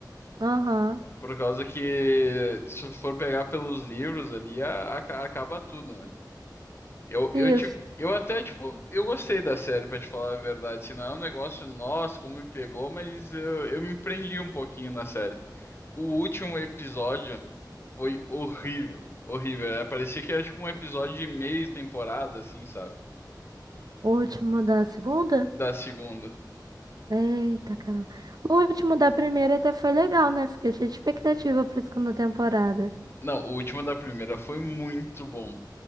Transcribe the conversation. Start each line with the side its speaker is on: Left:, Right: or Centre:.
Right: aham.
Left: Por causa que, se for pegar pelos livros ali, a- a- acaba tudo, né? Eu,
Right: Isso.
Left: eu, tive- eu até, tipo, eu gostei da série, pra te falar a verdade. Se não é um negócio, nossa, como me pegou, mas eu, eu me prendi um pouquinho na série. O último episódio foi horrível. Horrível. Era- Parecia que era tipo um episódio de meia temporada, assim, sabe?
Right: O último da segunda?
Left: Da segunda.
Right: Eita, caramba. O último da primeira até foi legal, né? Fiquei cheia de expectativa pra segunda temporada.
Left: Não, o último da primeira foi muito bom.